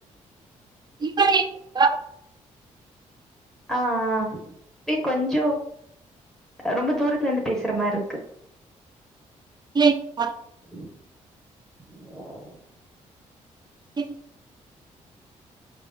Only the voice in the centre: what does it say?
அஹ் ஆ இ கொஞ்ச ரொம்ப தூரத்துல இருந்து பேசற மாரி இருக்கு
ஹ